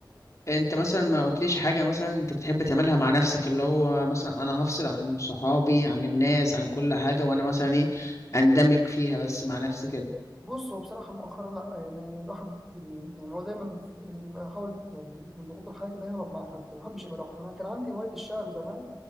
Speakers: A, on the left; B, in the centre.
A: انت مثلا ما قلتليش حاجه مثلا انت بتحب تعملها مع نفسك اللي هو مثلا انا هفصل عن صحابي عن الناس عن كل حاجه وانا مثلا ايه اندمج فيها بس مع نفسي كده
B: بص هو بصراحة مؤخرا لأ يعني الواحد يعني يعني هو دايما بيبقى يحاول يعني من ضغوط الحياة كده يهرب مع حد ما بحبش يبقى لوحده أنا كان عندي هواية الشعر زمان